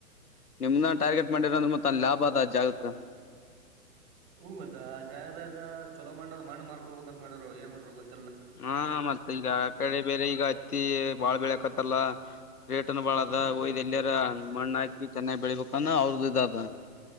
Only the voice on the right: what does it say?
ಹೂ ಮತ್ತ ಆ ಜಾಗದಾಗ ಚೊಲೋ ಮಣ್ಣದ ಮಣ್ಣ ಮಾರ್ಕೋಬಬೇಕತ್ ಮಾಡ್ತಾರೋ ಏನ್ ಮಾಡ್ಯಾರೋ ಗೊತ್
ಹ್ಮ್